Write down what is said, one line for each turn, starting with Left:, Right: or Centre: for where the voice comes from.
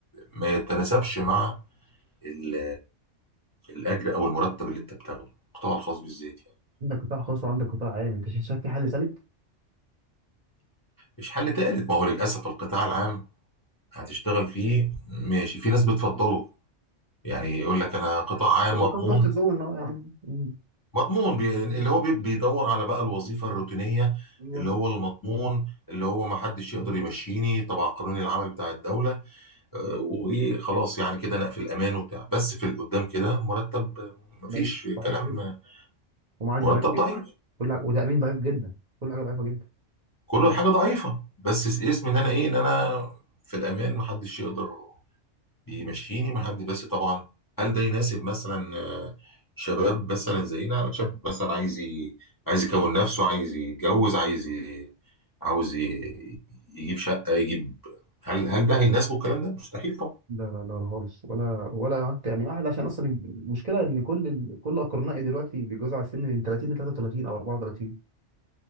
Left: ما يتناسبش مع ال... الاجر او المرتب اللي انت بتاخده القطاع الخاص بالذات يعني
Right: عندك قطاع خاص وعندك قطاع عام انت شايف شايف في حل ثالث
Left: مش حل تالت ما هو للاسف القطاع العام هتشتغل فيه ماشي في ناس بتفضله يعني يقول لك انا قطاع عام مضمون
Right: كومفورت زون اهو يا عم مم.
Left: مضمون بي... اللي
Right: مم.
Left: هو بي... بيدور على بقى الوظيفة الروتينية
Right: ايوه
Left: اللي هو المضمون اللي هو ما حدش يقدر يمشيني طبعا قانون العمل بتاع الدولة آه، وايه خلاص يعني كده انا في الامان وبتاع بس في القدام كده مرتب آه، مفيش
Right: ضعيف ضعيف
Left: كلام
Right: جدا
Left: آه،
Right: ومعاش
Left: مرتب
Right: ضعيف جدا
Left: ضعيف
Right: كل حاجه وتامين ضعيف جدا كل حاجه ضعيفه جدا
Left: كل حاجة ضعيفة بس اسم ان انا ايه ان انا في الامان ما حدش يقدر بيمشيني مع حد بس طبعا هل ده يناسب مثلا آه، شباب مثلا زينا شاب مثلا عايز ي- عايز يكون نفسه عايز يتجوز عايز ي- عاوز ي- يجيب شقة يجيب هل هل ده هيناسبه الكلام ده؟ مستحيل
Right: لا لا لا لا خالص ولا ولا قعدت يعني واحد عشان اصلا المشكله ان كل ال... كل اقرنائي دلوقتي بيتجوزوا على السن من 30 ل 33 او 34